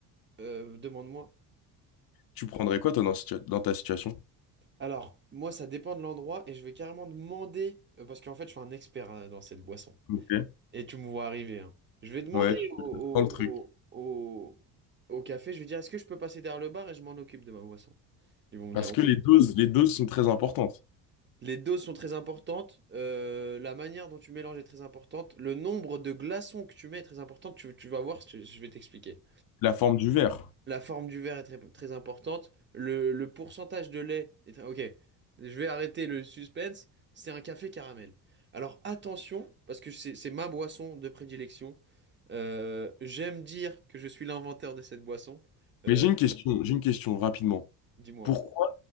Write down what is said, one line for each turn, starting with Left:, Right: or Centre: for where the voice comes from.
Right: euh, demande-moi.
Left: Tu prendrais quoi, toi, dans, situa- dans ta situation?
Right: Alors, moi, ça dépend de l'endroit et je vais carrément demander, euh, parce qu'en fait, je suis un expert hein, dans cette boisson.
Left: Ok.
Right: Et tu me vois arriver. hein. Je vais demander
Left: Ouais,
Right: au,
Left: je
Right: au,
Left: te prends le truc.
Right: au, au- au café, je vais dire, est-ce que je peux passer derrière le bar et je m'en occupe de ma boisson? Ils vont me
Left: Parce
Right: dire, ouais,
Left: que les
Right: tout
Left: doses,
Right: ça.
Left: les doses sont très importantes.
Right: Les doses sont très importantes, euh, la manière dont tu mélanges est très importante, le nombre de glaçons que tu mets est très important, tu, tu vas voir, je, je vais t'expliquer.
Left: La forme du verre.
Right: La forme du verre est très, très importante. Le, le pourcentage de lait est très... Ok, je vais arrêter le suspense. C'est un café caramel. Alors attention, parce que c'est c'est ma boisson de prédilection. Euh, j'aime dire que je suis l'inventeur de cette boisson. Euh,
Left: Mais j'ai une question, j'ai une question rapidement.
Right: dis-moi.
Left: Pourquoi